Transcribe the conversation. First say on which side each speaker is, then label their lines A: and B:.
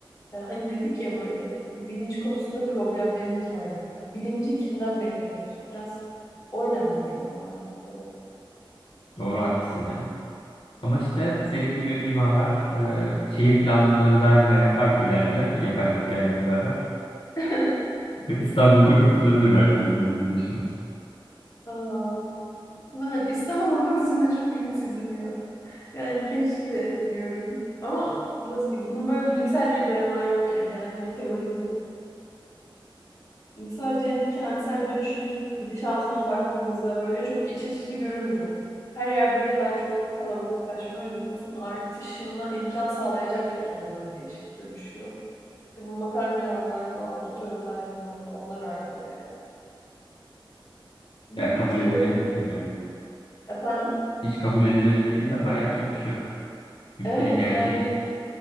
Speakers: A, on the left; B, on the left.
A: E, Hani dedik ya böyle hani bilinç konusunda problemlerimiz var gibi. Hani bilinci kimden bekliyoruz? Biraz o önemli geliyor bana bu noktada.
B: <laughs> Doğru haklısın ya. Ama işte senin gibi mimarlar e, şehir planlamaları daha güzel yaparsa ileride yapay zeka ile beraber
A: <laughs>
B: İstanbul'da kurtulabilir belki bilmiyorum ne düşünüyorsun?
A: Aa, ben İstanbul <laughs> konusunda çok ümitsizim bir an. Yani keşke diyorum. Ama nasıl diyeyim? Bunun böyle bilimsel bir dayanağı yok yani. Herhangi bir teorim yok. Ee, sadece hani kentsel dönüşümün gidişatına baktığımızda böyle çok iç açıcı görünmüyor. Her yer böyle daha çok kalabalıklaşma ve nüfusun artışına imkan sağlayacak şekilde böyle değişip dönüşüyor. İşte bu makarna yollar falan, otoyollar bilmem ne onlar artıyor yani. Ee,
B: Ya
A: gittikçe
B: kabul edilebilir
A: böyle
B: değil yani.
A: efendim
B: Hiç kabul edilebilir değil ama yapacak bir şey yok. Ülkenin
A: evet
B: gerçeği.
A: yani